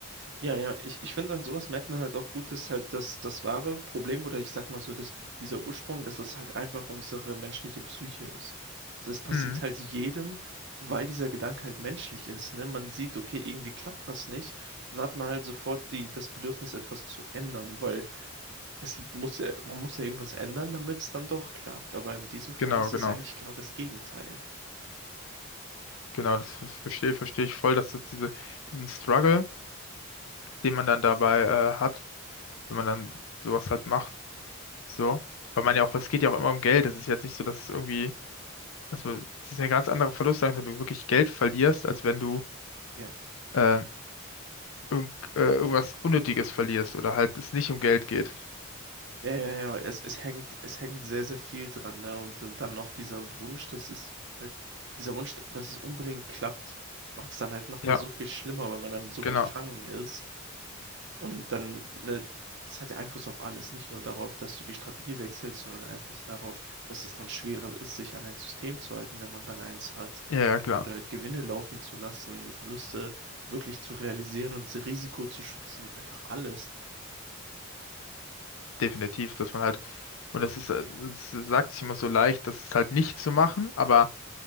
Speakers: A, on the right; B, on the left.
A: Ja, ja, ich, ich finde, an sowas merkt man halt auch gut, dass halt das, das wahre Problem oder ich sag mal so, dass dieser Ursprung, dass das halt einfach unsere menschliche Psyche ist. Also das passiert
B: Mhm.
A: halt jedem, weil dieser Gedanke halt menschlich ist, ne? Man sieht, okay, irgendwie klappt was nicht, dann hat man halt sofort die, das Bedürfnis, etwas zu ändern, weil es muss ja, man muss ja irgendwas ändern, damit es dann doch klappt. Aber in diesem Fall
B: Genau,
A: ist
B: genau,
A: es ja eigentlich genau das Gegenteil.
B: genau, das ver- verstehe, verstehe ich voll, dass das diese, diesen Struggle, den man dann dabei äh, hat, wenn man dann sowas halt macht, so. Weil man ja auch, es geht ja auch immer um Geld, es ist jetzt nicht so, dass es irgendwie Also, es ist ja ein ganz anderer Verlust, als wenn du wirklich Geld verlierst, als wenn du
A: Ja.
B: ähm, irgend, äh, irgendwas Unnötiges verlierst oder halt es nicht um Geld geht.
A: Ja, ja, ja, es, es hängt, es hängt sehr, sehr viel dran, ne? Und dann dann noch dieser Wunsch, dass es halt, dieser Wunsch, dass es unbedingt klappt, macht es dann halt nochmal
B: Ja,
A: so viel schlimmer, weil man dann so
B: genau.
A: befangen ist. Und dann, ne, das hat ja Einfluss auf alles, nicht nur darauf, dass du die Strategie wechselst, sondern Einfluss darauf, dass es dann schwerer ist, sich an ein System zu halten, wenn man dann eins hat.
B: Ja, ja, klar.
A: Oder halt Gewinne laufen zu lassen, Verluste wirklich zu realisieren und Risiko zu schützen, einfach alles.
B: Definitiv, dass man halt, und das ist, äh, es sagt sich immer so leicht, das ist halt nicht zu machen, aber